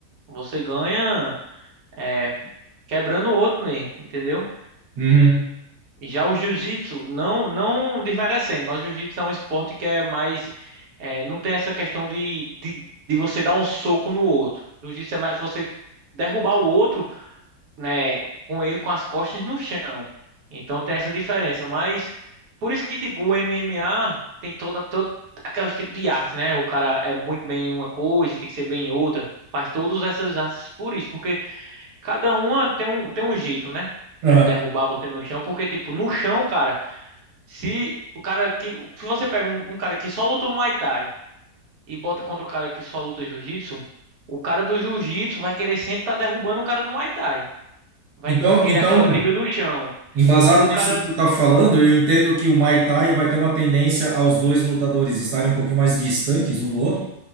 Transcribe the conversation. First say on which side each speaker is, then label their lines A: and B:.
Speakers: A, on the right; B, on the right.
A: Você ganha é, quebrando o outro mesmo, entendeu?
B: Uhum.
A: Já o jiu-jitsu, não, não desmerecendo, mas o jiu-jitsu é um esporte que é mais. é, não tem essa questão de, de, de você dar um soco no outro. O jiu-jitsu é mais você derrubar o outro, né, com ele com as costas no chão. Então tem essa diferença. Mas por isso que, tipo, o MMA tem toda, todo aqueles tipo de arte, né? O cara é muito bem em uma coisa e tem que ser bem em outra. Faz todas essas artes por isso, porque cada uma tem um, tem um jeito, né?
B: Aham.
A: É derrubar você no chão, porque, tipo, no chão, cara. Se o cara que. Se você pega um, um cara que só luta Muay Thai e bota contra o cara que só luta Jiu-Jitsu, o cara do Jiu-Jitsu vai querer sempre estar derrubando o cara do Muay Thai. Vai
B: Então,
A: t- querer
B: então,
A: aquela briga no chão.
B: embasado
A: E o
B: nisso
A: cara.
B: que tu tá falando, eu entendo que o Muay Thai vai ter uma tendência aos dois lutadores estarem um pouquinho mais distantes um do outro.